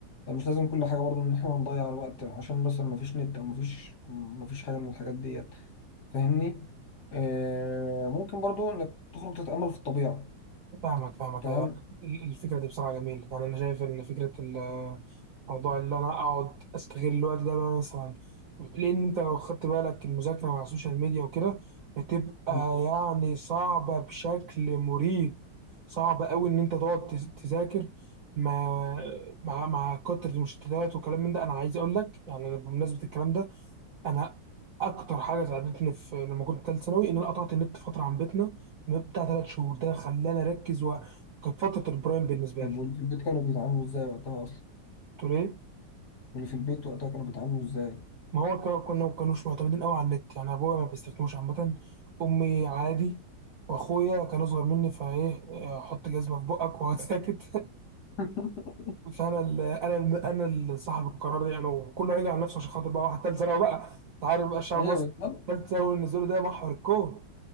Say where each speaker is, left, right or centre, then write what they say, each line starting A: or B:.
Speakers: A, on the left; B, on the right.
A: يعني مش لازم كل حاجة برضو ان احنا نضيع الوقت عشان مثلا ما فيش نت او ما فيش ما فيش حاجة من الحاجات ديت فاهمني آه ممكن برضو انك تخرج تتأمل في الطبيعة
B: فاهمك فاهمك
A: تمام
B: أيوة. الفكرة دي بصراحة جميلة يعني أنا شايف إن فكرة ال- موضوع اللي أنا أقعد أستغل الوقت ده بقى مثلا لأن أنت لو خدت بالك المذاكرة مع السوشيال ميديا وكده بتبقى
A: مم.
B: يعني صعبة بشكل مريب صعب أوي إن أنت تقعد تز- تذاكر مع مع مع كتر المشتتات وكلام من ده أنا عايز أقول لك يعني أنا بمناسبة الكلام ده انا اكتر حاجه ساعدتني في لما كنت ثالث ثانوي ان انا قطعت النت فتره عن بيتنا بتاع ثلاث شهور ده خلاني اركز و- وكانت فتره البرايم بالنسبه
A: طب
B: لي
A: واللي في البيت كانوا بيتعاملوا ازاي وقتها اصلا
B: تقول ايه
A: واللي في البيت وقتها كانوا بيتعاملوا ازاي
B: ما هو كا- كنا ما كانوش معتمدين قوي على النت يعني ابويا ما بيستخدموش عامه امي عادي واخويا كان اصغر مني فايه آه، حط جزمه في بقك واقعد ساكت
A: <laughs>
B: <laughs> فانا ال انا ال انا اللي صاحب القرار يعني وكله هيجي على نفسه عشان خاطر بقى واحد ثالث ثانوي بقى انت عارف بقى الشعب
A: ايوه
B: المصري
A: بالظبط
B: ثالث ثانوي بالنسبه له ده محور الكون